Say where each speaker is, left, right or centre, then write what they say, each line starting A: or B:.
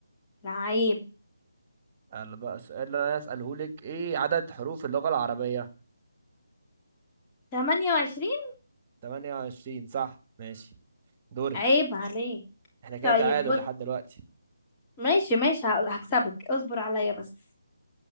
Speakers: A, on the left (about 20°); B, on the right (about 30°).
A: لعيب
B: يلا بقى السؤال اللي أنا أسأله لك إيه عدد حروف اللغة العربية
A: 28
B: 28 صح ماشي دورك
A: عيب عليك
B: احنا كده
A: طيب
B: تعادل
A: بص
B: لحد دلوقتي
A: ماشي ماشي ه- هكسبك اصبر عليا بس